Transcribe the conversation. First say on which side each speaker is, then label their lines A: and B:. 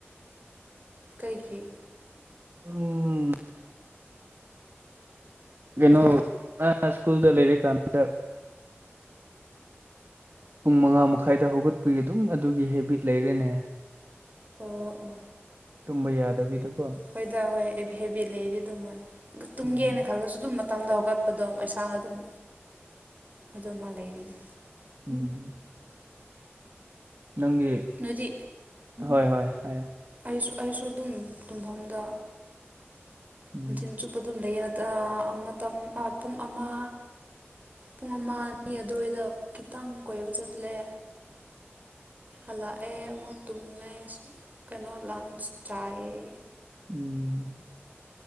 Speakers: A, on the right; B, on the right.
A: ꯀꯩꯒꯤ
B: ꯎꯝ ꯀꯩꯅꯣ ꯑ ꯏꯁ꯭ꯀꯨꯜꯗꯥ ꯂꯩꯔꯤꯀꯥꯟꯗ ꯄꯨꯡ ꯃꯉꯥ ꯃꯈꯥꯏꯗ ꯍꯧꯒꯠꯄꯒꯤ ꯑꯗꯨꯝ ꯑꯗꯨꯒꯤ ꯍꯦꯕꯤꯠ ꯂꯩꯔꯦꯅꯦ
A: ꯑꯣ ꯑꯣ
B: ꯇꯨꯝꯕ ꯌꯥꯗꯕꯤꯗꯀꯣ
A: ꯍꯣꯏꯗ ꯍꯣꯏ ꯍꯦꯕꯤꯠ ꯂꯩꯔꯗꯤ ꯑꯗꯨꯝ ꯃꯣꯏ ꯇꯨꯝꯒꯦꯅ
B: ꯎꯝ
A: ꯈꯜꯂꯁꯨ ꯑꯗꯨꯝ ꯃꯇꯝꯗ ꯍꯧꯒꯠꯄꯗꯣ ꯏꯁꯥꯅ ꯑꯗꯨꯝ ꯑꯗꯨꯃ ꯂꯩꯕꯅꯤ
B: ꯎꯝ ꯅꯪꯒꯤ
A: ꯅꯣꯏꯗꯤ
B: ꯍꯣꯏ ꯍꯣꯏ ꯍꯥꯏꯌꯣ
A: ꯑꯩꯁꯨ ꯑꯗꯨꯝ ꯇꯨꯝꯐꯝꯗ
B: ꯎꯝ
A: ꯅꯨꯡꯊꯤꯟ ꯆꯨꯞꯄ ꯑꯗꯨꯝ ꯂꯩꯌꯦ ꯃꯇꯝ ꯄꯨꯡ ꯑꯃ ꯄꯨꯡ ꯑꯃ ꯑꯅꯤ ꯑꯗꯨꯋꯥꯏꯗ ꯈꯤꯇꯪ ꯀꯣꯏꯕ ꯆꯠꯂꯦ ꯍꯜꯂꯛꯑꯦ ꯑꯃꯨꯛ ꯇꯨꯝꯃꯦ ꯀꯩꯅꯣ ꯂꯥꯟꯆ ꯆꯥꯏꯌꯦ
B: ꯎꯝ